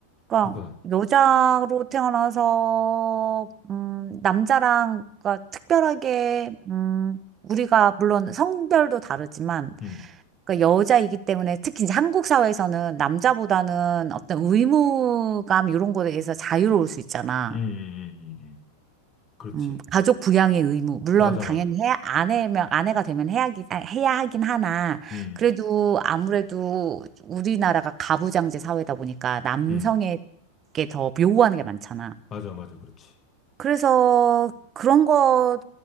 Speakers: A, on the right; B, on the left.
A: 그러니까
B: 그렇구나.
A: 여자로 태어나서 음, 남자랑 그러니까 특별하게 음, 우리가 물론 성별도 다르지만
B: 음,
A: 그러니까 여자이기 때문에 특히 이제 한국 사회에서는 남자보다는 어떤 의무감 이런 거에 대해서 자유로울 수 있잖아.
B: 음, 음, 음, 음. 음. 그렇지.
A: 음, 가족 부양의 의무. 물론
B: 맞아,
A: 당연히
B: 맞아.
A: 해야 아내면 아내가 되면 해야 해야 하긴 하나.
B: 음,
A: 그래도 아무래도 우리나라가 가부장제 사회다 보니까 남성에게
B: 음, 음,
A: 더 요구하는 게 많잖아.
B: 맞아, 맞아. 그렇지.
A: 그래서 그런 것